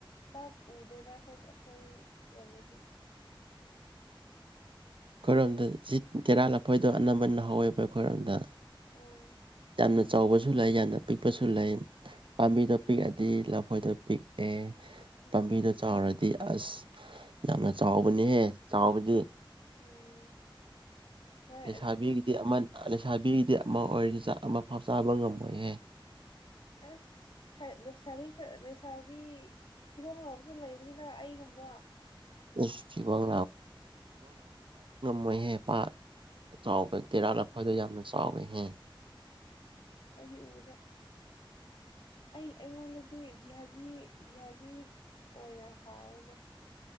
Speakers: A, on the left; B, on the right.
A: ꯄꯥꯛ ꯎꯗꯦꯗ ꯑꯩꯈꯣꯏ ꯑꯩꯈꯣꯏꯔꯣꯝꯗꯗꯤ
B: ꯑꯩꯈꯣꯏꯔꯣꯝꯗ ꯖꯤꯠ ꯇꯦꯔꯥ ꯂꯐꯣꯏꯗꯣ ꯑꯅꯝꯕꯅ ꯍꯧꯋꯦꯕ ꯑꯩꯈꯣꯏꯔꯣꯝꯗ
A: ꯑꯣ
B: ꯌꯥꯝꯅ ꯆꯥꯎꯕꯁꯨ ꯂꯩ ꯌꯥꯝꯅ ꯄꯤꯛꯄꯁꯨ ꯂꯩ ꯄꯥꯝꯕꯤꯗꯣ ꯄꯤꯛꯑꯗꯤ ꯂꯐꯣꯏꯗꯣ ꯄꯤꯛꯑꯦ
A: ꯎꯝ
B: ꯄꯥꯝꯕꯤꯗꯨꯣ ꯆꯥꯎꯔꯗꯤ ꯑꯁ ꯌꯥꯝꯅ ꯆꯥꯎꯕꯅꯦꯍꯦ ꯆꯥꯎꯕꯗꯤ
A: ꯎꯝ ꯍꯣꯏ
B: ꯂꯩꯁꯥꯕꯤꯒꯤꯗꯤ ꯑꯃ ꯂꯩꯁꯥꯕꯤꯒꯤꯗꯤ ꯑꯃ ꯑꯣꯏꯔꯤꯁꯤ ꯑꯃ ꯐꯥꯎ ꯆꯥꯕ ꯉꯝꯃꯣꯏꯍꯦ
A: ꯑꯁ ꯂꯩꯁꯥꯕꯤ ꯈꯔ ꯂꯩꯁꯥꯕꯤ ꯐꯤꯕꯣꯡ ꯂꯕꯁꯨ ꯂꯩꯕꯅꯤꯅ ꯑꯩꯒꯨꯝꯕ
B: ꯏꯁ ꯊꯤꯕꯣꯡ ꯃꯣꯏ ꯍꯦꯄꯥ ꯆꯥꯎꯥꯎ ꯐ ꯇꯦꯔꯥ ꯂ ꯐ ꯑꯣꯏꯗ ꯌꯥꯝ ꯆꯥꯎꯋꯦꯍꯦ
A: ꯑꯕꯨꯗ ꯑꯩ ꯑꯩꯉꯣꯟꯗꯗꯤ ꯖꯤꯍꯥꯖꯤ ꯖꯤꯍꯥꯖꯤ ꯑꯣꯏꯅ ꯍꯥꯎꯋꯦꯗ